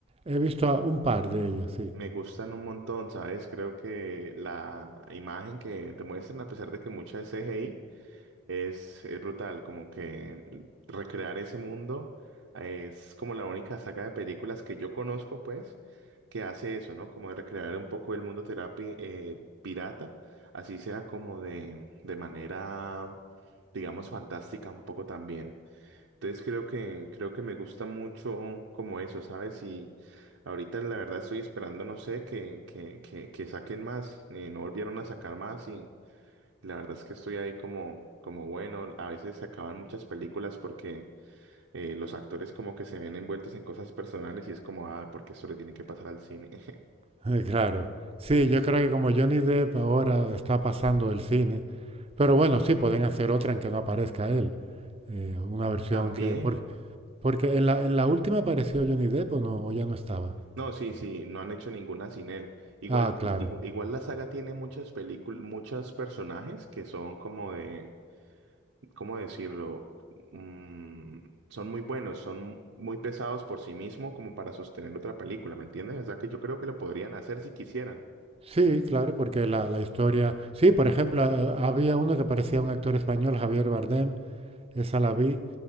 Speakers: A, on the right; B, on the right.
A: He visto a un par de ellas, sí.
B: Me gustan un montón, ¿sabes? Creo que la imagen que te muestran, a pesar de que mucha es CGI, Es, es brutal, como que recrear ese mundo eh, es como la única saga de películas que yo conozco, pues, que hace eso, ¿no? Como de recrear un poco el mundo terapi eh, pirata, así sea como de, de manera, digamos, fantástica un poco también. Entonces creo que, creo que me gusta mucho como eso, ¿sabes? Y ahorita la verdad estoy esperando, no sé, que, que, que, que saquen más, eh, no volvieron a sacar más y... La verdad es que estoy ahí como, como bueno, a veces se acaban muchas películas porque eh, los actores como que se ven envueltos en cosas personales y es como, ah, porque esto le tiene que pasar al cine. <laughs>
A: <laughs> Eh, Claro, sí, yo creo que como Johnny Depp ahora está pasando del cine, pero bueno, sí, pueden hacer otra en que no aparezca él, eh, una versión
B: También.
A: que... por- porque en la, en la última apareció Johnny Depp o no, o ya no estaba.
B: No, sí, sí, no han hecho ninguna sin él. Igual,
A: Ah, claro.
B: digo, igual la saga tiene muchas películas, muchos personajes que son como de, ¿cómo decirlo? Mm, son muy buenos, son muy pesados por sí mismo como para sostener otra película, ¿me entiendes? O sea que yo creo que lo podrían hacer si quisieran.
A: Sí, claro, porque la, la historia... Sí, por ejemplo, eh, había uno que parecía un actor español, Javier Bardem, esa la vi,